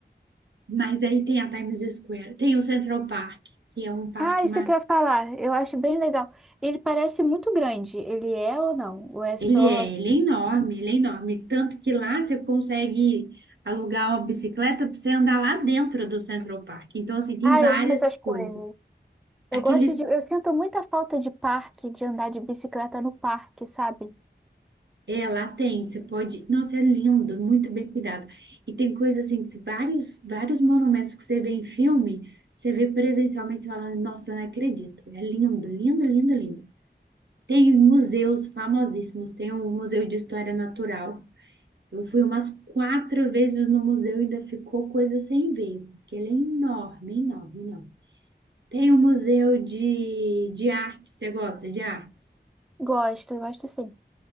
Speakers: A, on the right; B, in the centre.
A: Mas aí tem a Times Square, tem o Central Park, que é um parque
B: Ah, isso que eu ia falar. Eu acho bem legal. Ele parece muito grande. Ele é ou não? Ou é só.
A: Ele é, ele é enorme, ele é enorme. Tanto que lá você consegue alugar uma bicicleta para você andar lá dentro do Central Park. Então, assim, tem
B: Ah,
A: várias
B: eu amo essas coisas.
A: coisas.
B: Eu
A: Aqueles.
B: gosto de. Eu sinto muita falta de parque, de andar de bicicleta no parque, sabe?
A: É, lá tem, você pode. Nossa, é lindo, muito bem cuidado. E tem coisas assim, que vários, vários monumentos que você vê em filme, você vê presencialmente, você fala, nossa, eu não acredito. É lindo, lindo, lindo, lindo. Tem museus famosíssimos, tem o Museu de História Natural Eu fui umas quatro vezes no museu e ainda ficou coisa sem ver, porque ele é enorme, enorme, enorme. Tem o museu de, de arte, você gosta de artes?
B: Gosto, eu gosto sim.